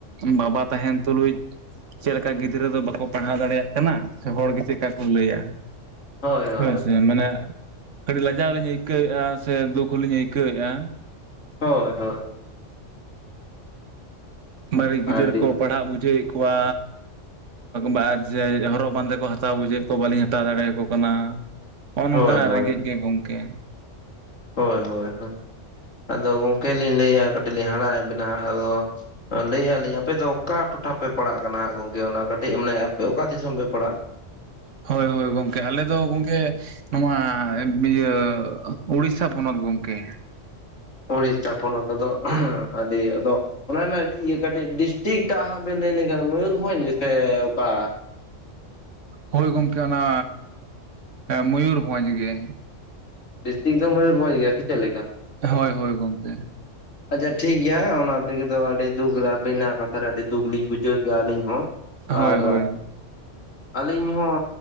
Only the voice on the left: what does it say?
ᱦᱳᱭᱼᱦᱳᱭ
ᱦᱳᱭ ᱦᱳᱭ᱾
ᱟᱹᱰᱤ
ᱦᱳᱭ ᱦᱳᱭ
ᱦᱳᱭ ᱦᱳᱭ ᱦᱳᱭ ᱟᱫᱚ ᱜᱚᱝᱠᱮ ᱞᱤᱧ ᱞᱟᱹᱭᱟ ᱠᱟᱹᱴᱤᱡ ᱞᱤᱧ ᱦᱟᱲᱟᱣᱮᱫ ᱵᱮᱱᱟᱜ ᱟᱫᱚᱼᱼ ᱞᱟᱹᱭᱮᱜᱼᱟ ᱞᱤᱧ ᱟᱯᱮ ᱫᱚ ᱚᱠᱟ ᱴᱚᱴᱷᱟ ᱯᱮ ᱯᱟᱲᱟᱜ ᱠᱟᱱᱟ ᱦᱟᱸᱜ ᱜᱚᱝᱠᱮ ᱚᱱᱟ ᱠᱟᱹᱴᱤᱡ ᱢᱟᱱᱮ ᱟᱯᱮ ᱚᱠᱟ ᱫᱤᱥᱚᱢ ᱯᱮ ᱯᱟᱲᱦᱟᱜᱼᱼ
ᱩᱰᱤᱥᱟ ᱯᱚᱱᱚᱛ ᱫᱚ ᱟᱹᱰᱤ ᱟᱫᱚᱼᱼ ᱚᱱᱟ ᱨᱮᱱᱟᱜ ᱤᱭᱟᱹ ᱠᱟᱹᱴᱤᱡ ᱰᱤᱥᱴᱤᱠ ᱴᱟᱜ ᱦᱟᱸᱜ ᱵᱮᱱ ᱞᱟᱹᱭ ᱞᱮᱠᱷᱟᱱ ᱢᱚᱭᱩᱨᱵᱷᱚᱸᱡᱽ ᱥᱮ ᱚᱠᱟ?
ᱰᱤᱥᱴᱤᱠ ᱫᱚ ᱢᱚᱭᱩᱨᱵᱷᱚᱸᱡᱽ ᱜᱮᱭᱟ ᱥᱮ ᱪᱮᱫ ᱞᱮᱠᱟ?
<inaudible> ᱟᱪᱪᱷᱟ ᱴᱷᱤᱠ ᱜᱮᱭᱟ ᱚᱱᱟ ᱛᱮᱜᱮ ᱛᱚ ᱟᱹᱰᱤ ᱫᱩᱠ ᱨᱮ ᱟᱹᱵᱤᱱᱟᱜ ᱠᱟᱛᱷᱟ ᱨᱮ ᱟᱹᱰᱤ ᱫᱩᱠᱞᱤᱧ ᱵᱩᱡᱷᱟᱹᱣ ᱠᱮᱼᱟ ᱟᱹᱞᱤᱧ ᱦᱚᱸᱼᱼ
ᱟᱨ
ᱟᱹᱞᱤᱧ ᱦᱚᱸᱼᱼ